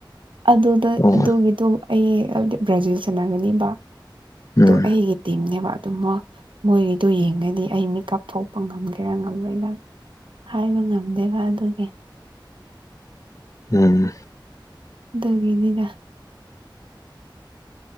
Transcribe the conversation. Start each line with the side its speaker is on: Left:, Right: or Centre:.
Right: ꯑꯗꯨꯗ
Left: ꯑꯣ
Right: ꯑꯗꯨꯒꯤꯗꯣ ꯑꯩ ꯕ꯭ꯔꯥꯖꯤꯜ ꯆꯥꯟꯅꯒꯅꯤꯕ
Left: ꯎꯝ
Right: ꯑꯩꯒꯤꯇꯅꯦ ꯋꯥ ꯑꯗꯨꯃ ꯃꯣꯏꯒꯤꯗꯣ ꯌꯦꯡꯉꯗꯤ ꯑꯩ ꯃꯤꯀꯞ ꯊꯣꯛꯄ ꯉꯝꯒꯦꯔꯥ ꯉꯝꯂꯣꯏꯅ ꯍꯥꯏꯕ ꯉꯝꯗꯦꯕ ꯑꯗꯨꯒꯤ
Left: ꯎꯝ
Right: ꯑꯗꯨꯒꯅꯤꯗ